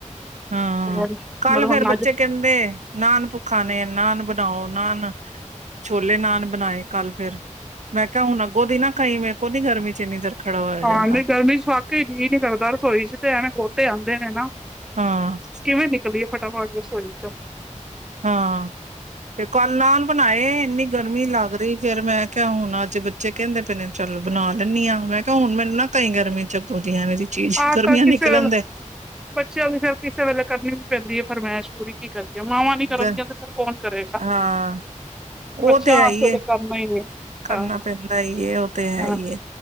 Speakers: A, on the right; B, in the centre.
A: ਹਾਂ,
B: ਹੋਰ
A: ਕੱਲ
B: ਮਤਲਬ ਹੁਣ
A: ਫੇਰ ਬੱਚੇ
B: ਅੱਜ
A: ਕਹਿੰਦੇ ਨਾਨ ਭੁੱਖਾ ਨੇ, ਨਾਨ ਬਣਾਓ, ਨਾਨ ਛੋਲੇ-ਨਾਣ ਬਣਾਏ ਕੱਲ ਫੇਰ। ਮੈਂ ਕਿਹਾ, ਹੁਣ ਅੱਗੋਂ ਦੀ ਨਾ ਕਈਂ, ਮੇਰੇ ਕੋਲੋ ਨੀ ਗਰਮੀ'ਚ ਇੰਨੀ ਦੇਰ ਖੜਾ ਹੋਇਆ
B: ਹਾਂ,
A: ਜਾਂਦਾ
B: ਨੀ ਗਰਮੀ'ਚ ਵਾਕਈ ਜੀਅ ਨੀ ਕਰਦਾ, ਰਸੋਈ'ਚ ਤੇ ਐਂਵੇ ਗੋਤੇ ਆਉਂਦੇ ਨੇ, ਨਾ।
A: ਹਾਂ
B: ਕਿਵੇਂ ਨਿਕਲੀਏ ਫਟਾਫਟ ਰਸੋਈ'ਚੋਂ
A: ਹਾਂ। ਤੇ ਕੱਲ ਨਾਨ ਬਣਾਏ ਇੰਨੀ ਗਰਮੀ ਲੱਗ ਰਹੀ ਫਿਰ, ''ਮੈਂ ਕਿਹਾ ਹੁਣ ਅੱਜ ਬੱਚ ਕਹਿੰਦੇ ਪਏ ਨੇ ਚੱਲ ਬਣਾ ਦੇਂਨੀ ਹਾਂ, ਮੈਂ ਕਿਹਾ, ਹੁਣ ਮੈਨੂੰ ਨਾ ਕਈ ਗਰਮੀ'ਚ ਅਗੋ ਦੀ ਐਂਵੇ ਦੀ ਚੀਜ਼,
B: ਆਹ
A: ਗਰਮੀਆਂ
B: ਕ ਕਿਸੇ
A: ਨਿਕਲਣ
B: ਵੇਲੇ
A: ਦੇ।
B: ਬੱਚਿਆਂ ਦੀ ਫਿਰ ਕਿਸੇ ਵੇਲੇ, ਕਰਨੀ ਵੀ ਪੈਂਦੀ ਹੈ ਫਰਮਾਇਸ਼ ਪੂਰੀ। ਕੀ ਕਰੀਏ ਮਾਵਾਂ ਨੀ
A: ਗ
B: ਕਰਨਗੀਆਂ, ਤੇ ਫਿਰ ਕੌਣ ਕਰੇਗਾ।
A: ਹਾਂ ਉਹ
B: ਬੱਚਿਆਂ
A: ਤੇ ਹੈਹੀਏ,
B: ਵਾਸਤੇ ਕਰਨਾ ਹੀ ਹੈ
A: ਕਰਨਾ
B: ਹਾਂ
A: ਪੈਂਦਾ ਈ ਏ, ਉਹ ਤੇ ਹੈ
B: ਹਾਂ
A: ਹੀਏ